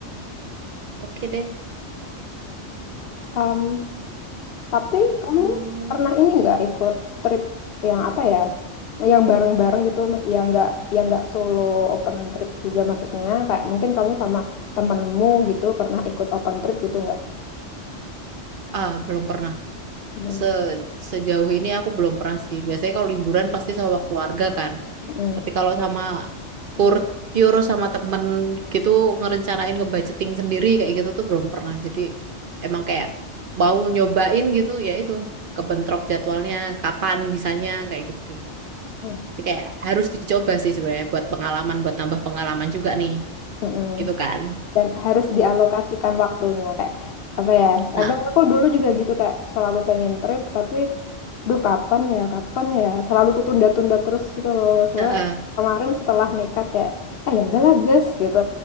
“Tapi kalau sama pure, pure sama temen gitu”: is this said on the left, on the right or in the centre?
Right